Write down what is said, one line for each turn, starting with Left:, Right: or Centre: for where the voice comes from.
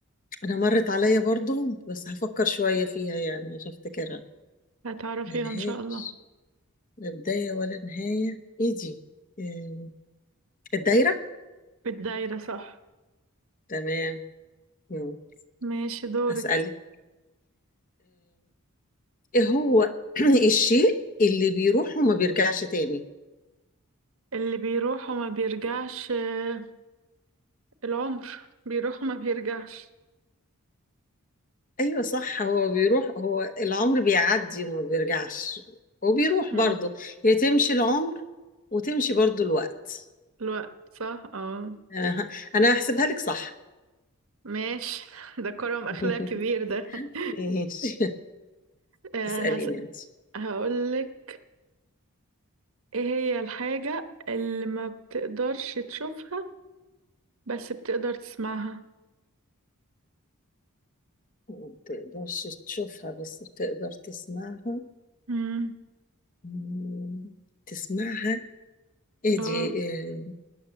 Left: انا مرت عليا برضو بس هفكر شوية فيها يعني عشان افتكرها
Right: هتعرفيها
Left: ملهاش
Right: ان شاء الله
Left: لا بداية ولا نهاية ايه دي آه الدايرة
Right: بالدايرة صح
Left: تمام مم.
Right: ماشي دورك
Left: أسألك إيه هو <clears throat> الشيء اللي بيروح وما بيرجعش تاني
Right: اللي بيروح وما بيرجعش آه، العمر بيروح وما بيرجعش
Left: ايوه صح هو بيروح هو العمر بيعدي وما بيرجعش وبيروح
Right: مم.
Left: برضه هي تمشي العمر وتمشي برضه الوقت
Right: الوقت صح اه
Left: انا ه- انا هحسبها لك صح
Right: ماشي <laughs> ده كرم اخلاق
Left: <laughs>
Right: كبير ده <laughs>
Left: ماشي
Right: آه،
Left: اسأليني
Right: هس...
Left: انت
Right: هقولك ايه هي الحاجة اللي ما بتقدرش تشوفها بس بتقدر تسمعها
Left: ما تقدرش تشوفها بس بتقدر تسمعها
Right: مم.
Left: مم، تسمعها ايه
Right: اه
Left: دي إيه